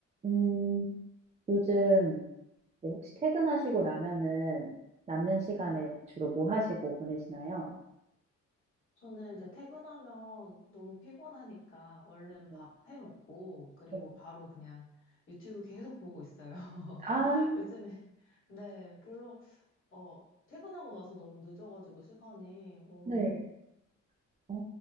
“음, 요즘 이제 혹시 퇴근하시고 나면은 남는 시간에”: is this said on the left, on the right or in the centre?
Right